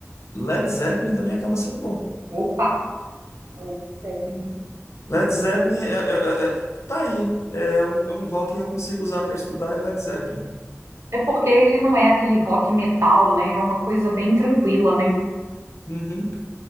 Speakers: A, on the left; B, on the right.
A: Led Zeppelin também acaba sendo bom.
B: opa, Led Zeppelin.
A: Led Zeppelin é, é- é- é- tá aí. É um, é um rock que eu consigo usar para estudar é Led Zeppelin.
B: É porque ele não é aquele rock metal, né? É uma coisa bem tranquila, né?
A: Uhum.